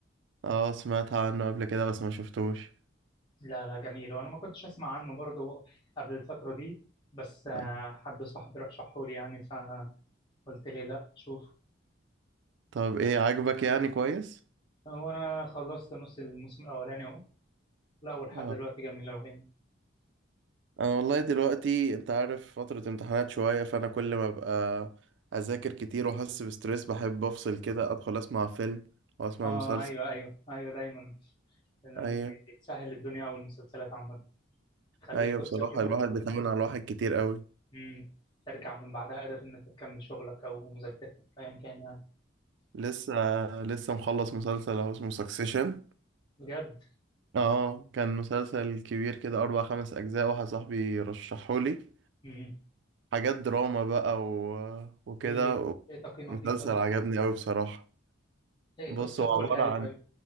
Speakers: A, on the right (about 65°); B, on the left (about 25°).
A: اه سمعت عنه قبل كده بس ما شفتوش
B: لا لا جميل وانا ما كنتش اسمع عنه برضو قبل الفترة دي بس آه،
A: آه.
B: حد صاحبي رشحه لي يعني فقلت لي لا شوف
A: طب ايه عاجبك يعني كويس
B: وانا خلصت نص الموسم الاولاني اهو لا ولحد
A: اه
B: دلوقتي جميل اوي يعني.
A: انا والله دلوقتي انت عارف فتره امتحانات شويه فانا كل ما ابقى اذاكر كتير واحس بستريس بحب افصل كده ادخل اسمع فيلم او اسمع
B: اه
A: مسلسل
B: ايوه ايوه ايوه دايما لما
A: ايوه
B: بي- بتسهل الدنيا والمسلسلات عامة تخليك
A: ايوه
B: تفصل
A: بصراحه
B: كده
A: الواحد
B: و...
A: بيتعامل على الواحد كتير قوي
B: مم. ترجع من بعدها قادر إن أنت تكمل شغلك أو مذاكرتك أيا كان يعني
A: لسه لسه مخلص مسلسل اهو اسمه سكسيشن
B: بجد
A: اه كان مسلسل كبير كده اربع خمس اجزاء واحد صاحبي رشحهولي
B: مم.
A: حاجات دراما بقى و... وكده
B: إيه إيه تقييمك
A: مسلسل
B: ليه طيب؟
A: عجبني قوي بصراحة
B: إيه
A: بص
B: قصته
A: هو
B: قولها
A: عبارة
B: لي طيب؟
A: عن